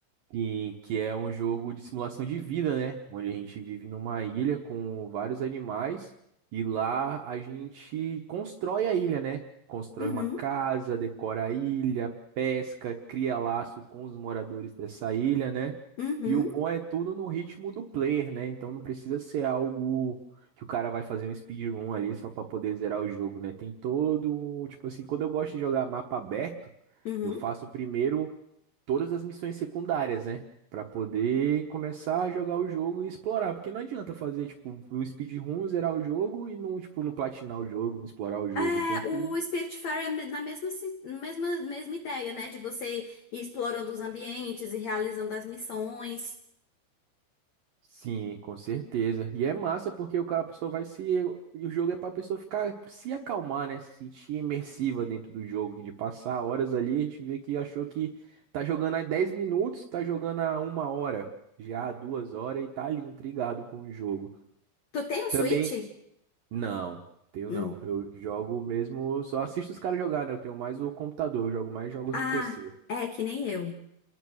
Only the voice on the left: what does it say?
Uhum,
uhum,
uhum.
É,
o Spiritfarer é me- na mesma, si- na mesma, mesma ideia, né? De você ir explorando os ambientes e realizando as missões.
Tu tem o Switch?
Hum.
Ah,
é que nem eu.